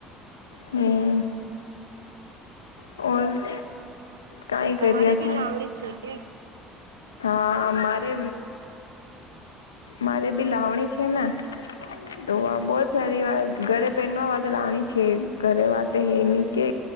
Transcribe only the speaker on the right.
તમારે ભી
લાવણી છે કે?